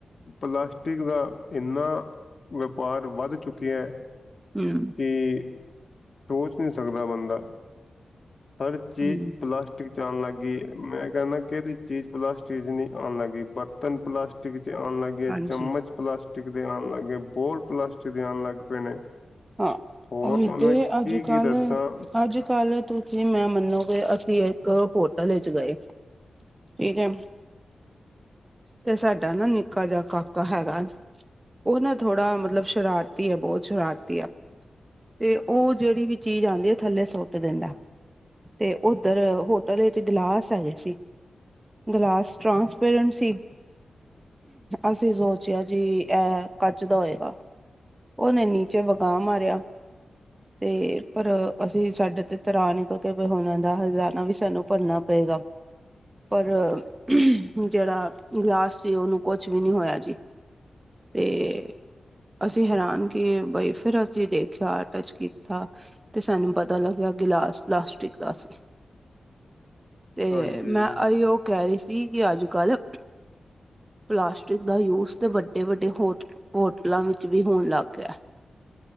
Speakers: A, on the left; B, on the right.
A: ਪਲਾਸਟਿਕ ਦਾ--ਇਨਾ ਵਪਾਰ ਵੱਧ ਚੁੱਕਿਆ।
B: ਹਮ।
A: ਕਿ ਸੋਚ ਨਹੀਂ ਸਕਦਾ ਬੰਦਾ ਹਰ ਚੀਜ਼
B: ਹਮ
A: ਪਲਾਸਿਕ। ਚ ਆਉਣ ਲੱਗ ਗਈ ਮੈਂ ਕਹਿੰਦਾ ਕਿਹੜਦੀ ਚੀਜ਼ ਪਲਾਸਟਿਕ ਚ ਨਹੀਂ ਆਉਣ ਲੱਗਗੀਈ ਬਰਤਨ ਪਲਾਸਟਿਕ ਚ ਆਉਣ ਲੱਗ ਗ। ਗੇ
B: ਹਾਂਜੀ
A: ਚਮਚ ਪਲਾਸਟਿਕ ਦੇ ਆਉਣ ਲੱਗੇਏ ਬੋਲ ਪਲਾਸਟਿਕ ਦੇ ਆਉਣ ਲੱਗ ਪਏ ਨੇ।
B: ਹਾਂ
A: ਹੋਰ
B: ਉਹੀ
A: ਤੁਹਾਨੂੰ
B: ਤੇ
A: ਮੈਂ ਕੀ
B: ਅੱਜ,
A: ਕੀ
B: ਕੱਲ
A: ਦੱਸਾਂ
B: -ਅੱਜ, ਕੱਲ। ਤੁਸੀਂ ਮੈਂ ਮੰਨੋ ਕਿ ਅਸੀਂ ਇੱਕ ਹੋਟਲ ਵਿੱਚ ਗਏ ਠੀਕ ਹੈ। ਤੇ ਸਾਡਾ ਨਾ ਨਿੱਕਾ ਜਿਹਾ ਕਾਕਾ ਹੈਗਾ। ਉਹ ਨਾ ਥੋੜਾ ਮਤਲਬ ਸ਼ਰਾਰਤੀ ਆ ਬਹੁਤ ਸ਼ਰਾਰਤੀ ਆ। ਤੇ ਉਹ ਜਿਹੜੀ ਵੀ ਚੀਜ਼ ਆਉਂਦੀ ਹੈ ਥੱਲੇ ਸੁੱਟ ਦਿੰਦਾ। ਤੇ ਉੱਧਰ ਹੋਟਲ ਵਿੱਚ ਗਲਾਸ ਹੈਗੇ ਸੀ। Glass transparency. ਅਸੀਂ ਸੋਚਿਆ ਜੀ ਇਹ ਕੱਚ ਦਾ ਹੋਏਗਾ। ਉਹਨੇ ਨੀਚੇ ਵਗਾਹ ਮਾਰਿਆ।
A: <unintelligible>
B: ਤੇ ਪਰ ਅਸੀਂ ਸਾਡੇ ਤੇ ਤਰਾ੍ਹਾਂ ਨ ਕਿਉਂਕ ਉਹਨਾਂ ਦਾ ਹਜ਼ਾਨਾ ਵੀ ਸਾਨੂੰ ਭਰਨਾ ਪਏਗਾ। ਪਰ ਜਿਹੜਾ। ਗਿਲਾਸ ਚ ਉਹਨੂੰ ਕੁਛ ਵੀ ਨੀ ਹੋਇਆ ਜੀ ਤੇ। ਅਸੀਂ ਹੈਰਾਨ ਕੇ ਬਈ ਫਿਰ ਅਸੀਂ ਦੇਖਿਆ ਟੱਚ ਕੀਤਾ। ਅਤੇ ਸਾਨੂੰ ਪਤਾ ਲੱਗਿਆ ਗਿਲਾਸ ਲਾਸਟਿਕ ਦਾ ਅ ਸੀਂ।
A: <unintelligible>
B: ਤੇ
A: ਹਾਂਜੀ
B: ਮੈਂ ਅ ਉਹ ਕਹਿ ਰਹੀ ਸੀ ਕਿ ਅੱਜ, ਕੱਲ੍ਹ।
A: <unintelligible>
B: ਪਲਾਸਟਿਕ ਦਾ ਯੂਜ ਤੇ ਵੱਡੇ ਵੱਡੇ ਹੋ ਹੋਟਲਾਂ ਵਿੱਚ ਵੀ ਹੋਣ ਲੱਗ ਗਿਆ।